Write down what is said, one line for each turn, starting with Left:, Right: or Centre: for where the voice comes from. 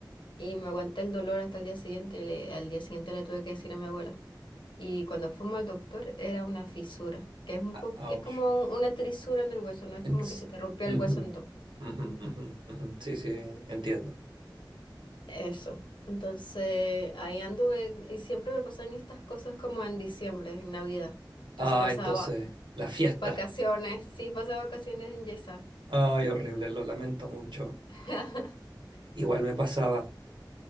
Left: Y me aguanté el dolor hasta el día siguiente y le- al día siguiente le tuve que decir a mi abuela. Y cuando fuimos al doctor era una fisura, que es un
Right: A-
Left: poco,
Right: Ouch.
Left: es como un- una trisura en el hueso, no es
Right: Ex-
Left: como que se te rompió
Right: Ujú,
Left: el hueso en dos.
Right: ujú, ujú, ujú. Sí, sí, entiendo.
Left: Eso. Entonces, ahí anduve y siempre me pasan estas cosas como en diciembre, en Navidad. Entonces
Right: Ah,
Left: pasaba
Right: entonces, la fiesta.
Left: vacaciones, sí, pasaba vacaciones en Yesa,
Right: Ay, horrible, lo lamento mucho.
Left: <laughs>
Right: Igual me pasaba.